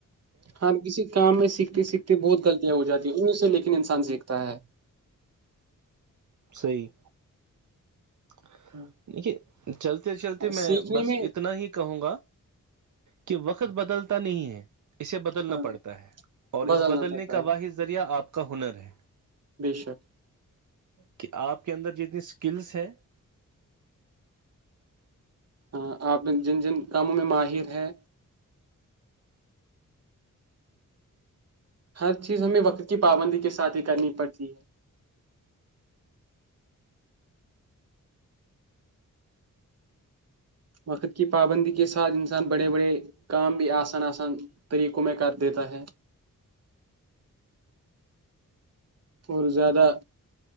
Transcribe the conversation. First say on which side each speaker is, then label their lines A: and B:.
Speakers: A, on the right; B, on the right.
A: ہر کسی کام میں سھا سیکھتی بہت غلطیاں ہو جاتی ہیں ان سے لیکن انسان سیکھتا ہے
B: صحیح <inaudible>
A: ہاں،
B: چلتے چلتے میں
A: سیکھنے
B: بس
A: میں
B: اتنا ہی کہوں گا کہ وقت بدلتا نہیں ہے اسے بدلنا
A: ہاں
B: پڑتا ہے اور
A: بدلنا
B: اس بدلنے
A: پڑتا
B: کا
A: ہے
B: واحد ذریعہ آپ کو کا ہنر ہے
A: بے شک
B: کہ آپ کے اندر جتنی اسکلس ہیں
A: ہاں آپ نے جن جن کاموں میں ماہر ہے ہر چیز ہمیں وقت کی پابندی کے ساتھ ہی کرنی پڑتی ہے وقت کی پابندی کے ساتھ انسان بڑے بڑے کام بھی آسان آسان طریقوں میں کر دیتا ہے اور زیادہ